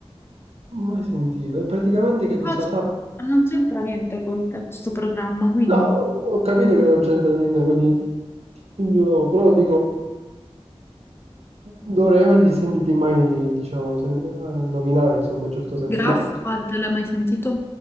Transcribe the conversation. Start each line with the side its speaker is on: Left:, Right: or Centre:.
Right: Mai sentito. E praticamente che
Left: Ma
Right: cosa
Left: c-
Right: fa?
Left: non c'entra niente con te questo programma, quindi
Right: No, ho capito che non c'entra niente con i. Io però dico, dovrei averli sentiti mai, diciamo, sen- eh, nominare, insomma, in un certo senso,
Left: Graphpad,
Right: ma che
Left: l'hai mai sentito?